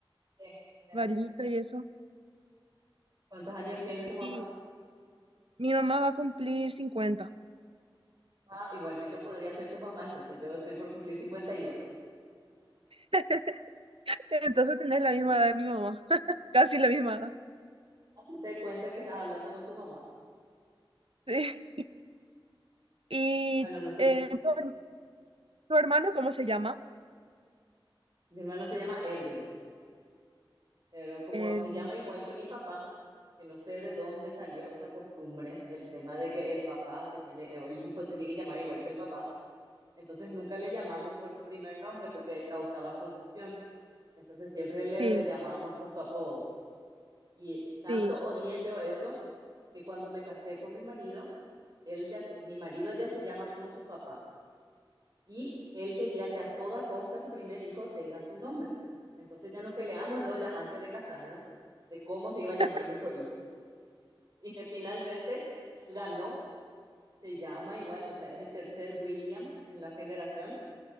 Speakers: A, on the right; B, on the right.
A: Sí, sí.
B: balita y eso,
A: ¿Cuántos años tiene tu mamá?
B: y mi mamá va a cumplir cincuenta
A: Ah, y bueno, yo podría ser tu mamá, entonces yo estoy por cumplir cincuenta y dos
B: <laughs> entonces tenés
A: <laughs>
B: la misma edad de mi mamá, casi la misma edad, <laughs>
A: Hazte cuenta que estás hablando con tu mamá.
B: sí. Y
A: Y Bueno, no sé,
B: eh, tu, her- tu hermano, ¿cómo se
A: si-
B: llama?
A: mi hermano se llama Erwin, pero como
B: El-
A: se llama igual que mi papá, que no sé de dónde salió esa costumbre del tema de que el papá se tiene, o el hijo se tiene que llamar igual que el papá, Entonces nunca le llamamos por su primer nombre porque causaba confusión. Entonces siempre le
B: sí,
A: llamábamos por su apodo. Y tanto
B: sí.
A: odié yo eso que cuando me casé con mi marido, él ya se- mi marido ya se llama como su papá. Y él quería que a toda costa su primer hijo tenga su nombre. Entonces ya nos peleamos lo ya antes de casarnos de cómo se iba a llamar
B: <laughs>
A: nuestro hijo. <laughs> Y finalmente ganó, se llama igual, o sea, es el tercer William en la generación